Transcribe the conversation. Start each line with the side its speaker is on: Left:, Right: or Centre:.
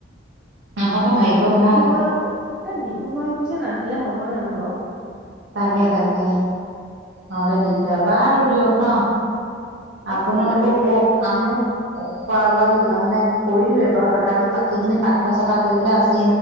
Right: আপোনালোকৰ ভাগ্য
Centre: এ যিটো
Right: ভাল
Centre: গৰম এ যিটো গৰম পৰিছে নাহিলে হ'ব জানোঁ বাও।
Right: তাকে তাকে নহ'লে দিগদাৰ বাৰু দিয়ক ন।
Centre: অ
Right: আপোনালোকৰ
Centre: ঠিক আছে দিয়া
Right: শুৱক
Centre: বাৰু
Right: আমিও খোৱা বোৱাত। তাৰ মানে কৰিলোৱে বাৰু তথাপিও বাকী খিনি পাকঘৰ চাফা কৰিবলে আছ।